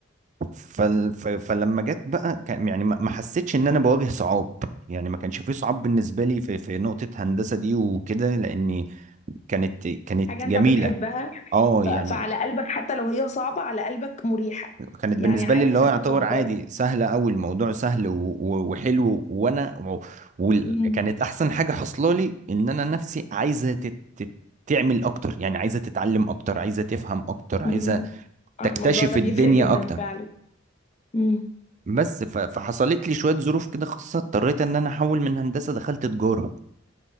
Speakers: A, on the right (about 35°); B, on the left (about 35°).
A: فال... ف... فلما جت بقى كان يعني ما ما حسيتش ان انا بواجه صعاب يعني ما كانش في صعاب بالنسبة لي في في نقطة هندسة دي وكده لاني كانت كانت
B: حاجة أنت
A: جميلة
B: بتحبها
A: اه
B: ف...
A: يعني
B: فعلى قلبك حتى لو هي صعبة على قلبك مريحة
A: كانت
B: يعني
A: بالنسبه
B: عارف
A: لي اللي هو
B: تتقبل
A: يعتبر عادي سهله قوي الموضوع سهل و- و- وحلو وانا و- وكانت
B: مم.
A: احسن حاجه حصلالي لي ان انا نفسي عايزه تت... تت- تعمل اكتر يعني عايزه تتعلم اكتر عايزه تفهم اكتر عايزه
B: مم.
A: تكتشف
B: آه، الموضوع ده
A: الدنيا
B: بيفرق جدا
A: اكتر
B: فعلا مم.
A: بس ف... فحصلت لي شويه ظروف كده خاصه اضطريت ان انا احول من هندسه دخلت تجاره